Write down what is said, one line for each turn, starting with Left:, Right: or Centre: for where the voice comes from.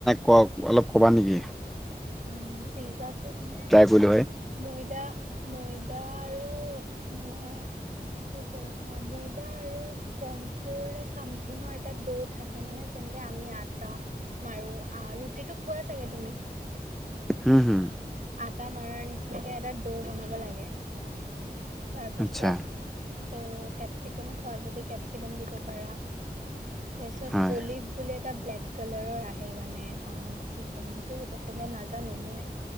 Centre: কক অলপ ক'বা নিকি?
Right: উম, পিজ্জাটো মানে।
Centre: কৰিলো হয়
Right: ময়দা, ময়দা আৰু মানে কি কয় ৰখা, ময়দা আৰু কৰ্ণফ্লৰে চামথিঙৰ এটা দৌ' থাকে মানে যেনেকে আমি আটা মাৰো, আ ৰুটিটো খোৱা চাগে তুমি?
Centre: হম, হম।
Right: আটা মাৰাৰ নিচিনাকে এটা দৌ' বনাব লাগে। তাৰ পিছত
Centre: আচ্ছা
Right: ত' কেপচিকম খোৱা যদি। দিব পাৰা তাৰপিছত
Centre: হয়
Right: অলিভ বুললে। এটা ব্লেক কালাৰৰ আহে মানে অ', কি ক'ম, সেইটো অসমীয়া নাজা নাজানোঁ মই,